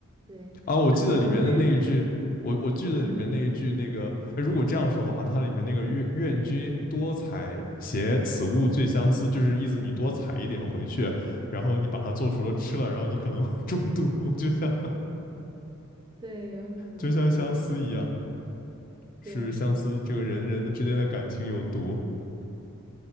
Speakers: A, on the right; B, on the left.
A: 对，
B: 啊，我记得里面的那一句，
A: 他可能就是，
B: 我我记得里面那一句那个，
A: 嗯，
B: 哎如果这样说的话，它里面那个愿愿君多采撷，此物最相思，就是意思你多采一点回去，然后你把它做熟了吃了，然后你可能会中毒，<laughs> 就像
A: 对，有可能，
B: 就像相思一样，是相思这个人人的之间的感情有毒。
A: 对，